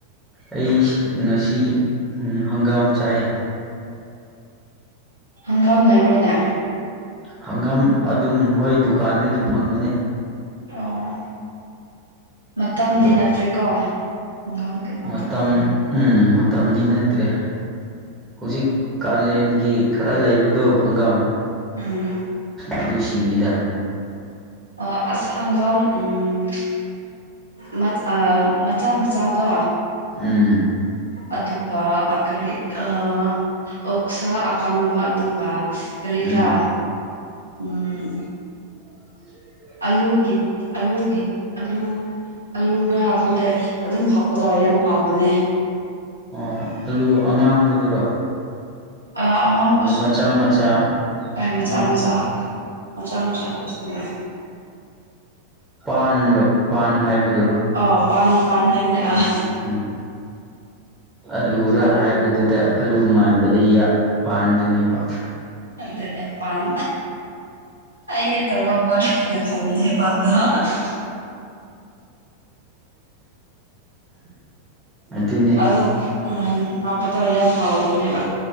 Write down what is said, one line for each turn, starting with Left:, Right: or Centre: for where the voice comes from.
Centre: ꯑꯩꯁꯤ ꯉꯁꯤ ꯍꯪꯒꯥꯝ ꯆꯥꯏ
Right: ꯍꯪꯒꯥꯝ ꯂꯩꯕ꯭ꯔꯅꯦ
Centre: ꯍꯪꯒꯥꯝ ꯑꯗꯨꯝ ꯍꯣꯏ ꯗꯨꯀꯥꯟꯗꯒꯤ ꯐꯪꯕꯅꯦ
Right: ꯑꯣ ꯃꯇꯝꯗꯤ
Centre: ꯑꯗꯣ
Right: ꯅꯠꯇ꯭ꯔꯦꯀꯣ ꯈꯪꯒꯒꯤ ꯃꯇꯝꯗꯤ
Centre: ꯃꯇꯝ
Right: ꯅꯠꯇ꯭ꯔꯦ
Centre: ꯎꯝ ꯃꯇꯝꯗꯤ ꯅꯠꯇ꯭ꯔꯦ ꯍꯧꯖꯤꯛ ꯀꯥꯂꯦꯟꯒꯤ ꯈꯔ ꯂꯩꯕꯗꯣ ꯍꯪꯒꯥꯝ
Right: ꯎꯝ
Centre: ꯑꯗꯨꯁꯤꯡꯅꯤꯗ
Right: ꯑꯥ ꯑꯁ ꯍꯪꯟꯒꯝ ꯎꯝ ꯃꯆ ꯑꯥ ꯃꯆꯥ ꯃꯆꯥꯗꯣ
Centre: ꯎꯝ
Right: ꯑꯗꯨꯒ ꯑꯥ ꯀꯔꯤ ꯑꯥ ꯑꯣꯛꯁꯥ ꯑꯀꯪꯕ ꯑꯗꯨꯒ ꯀꯔꯤꯔꯥ
Centre: ꯎꯝ
Right: ꯎꯝ
Centre: ꯎꯝ <inaudible>
Right: ꯑꯂꯨꯒꯤ ꯑꯂꯨꯒꯤ ꯑꯂꯨ ꯑꯂꯨꯒ ꯈꯣꯟꯗꯦ ꯑꯗꯨꯝ ꯍꯥꯞꯄꯗꯣ ꯌꯥꯝ ꯍꯥꯎꯕꯅꯦ
Centre: ꯑꯥ ꯑꯂꯨ ꯑꯉꯥꯡꯕꯗꯨꯔꯣ
Right: ꯑꯥ ꯑꯉꯥꯡꯕꯁꯨ
Centre: ꯃꯆꯥ ꯃꯆꯥ
Right: ꯌꯣꯏ ꯃꯆꯥ
Centre: ꯎꯝ
Right: ꯃꯆꯥ ꯃꯆꯥ ꯃꯆꯥ ꯑꯗꯨꯁꯨ ꯌꯥꯏ
Centre: ꯄꯥꯟꯗꯣ ꯄꯥꯟ ꯍꯥꯏꯕꯗꯨꯔꯣ
Right: ꯑꯥꯎ ꯄꯥꯟ ꯄꯥꯟ ꯍꯥꯏꯕꯅꯦ ꯑꯥ
Centre: ꯎꯝ ꯑꯂꯨꯔꯥ
Right: ꯄꯥꯟ
Centre: ꯍꯥꯏꯕꯗꯨꯗ ꯑꯂꯨ ꯃꯥꯟꯕꯗꯤ ꯄꯥꯟꯗꯨꯅꯦꯕ
Right: ꯑꯗꯨꯗꯅꯦ ꯄꯥꯟ ꯑꯩ ꯇꯒꯣꯕ <unintelligible> <unintelligible> <unintelligible>
Centre: ꯑꯗꯨꯅꯦ
Right: ꯑꯗꯨ ꯎꯝ ꯍꯥꯞꯄꯗꯣ ꯌꯥꯝ ꯍꯥꯎꯕꯅꯦꯕꯥ